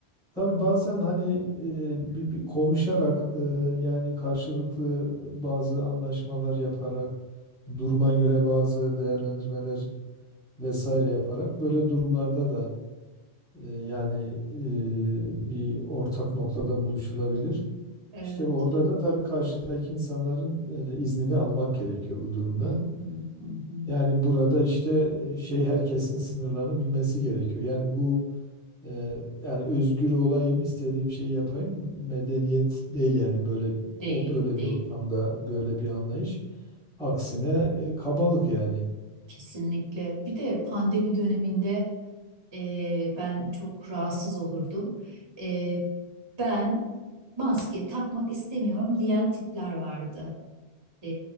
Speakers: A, in the centre; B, on the right.
A: Tabii bazen hani e, bir, bir konuşarak e, yani karşılıklı bazı anlaşmalar yaparak duruma göre bazı değerlendirmeler vesaire yaparak böyle durumlarda da E, Yani e, bir ortak noktada buluşulabilir.
B: Evet,
A: İşte bu- orada
B: evet.
A: da tabii karşıdaki insanların e, iznini almak gerekiyor bu durumda.
B: Hı hı hı hı.
A: Yani burada işte e, şey herkesin sınırlarını bilmesi gerekiyor. Yani bu e, yani özgür olayım, istediğim şeyi yapayım medeniyet değil yani böyle
B: Değil,
A: o öyle
B: değil.
A: bir ortamda böyle bir anlayış. Aksine e, kabalık yani.
B: Kesinlikle. Bir de pandemi döneminde Ee, ben çok rahatsız olurdum. Ee, ben maske takmak istemiyorum diyen tipler vardı e,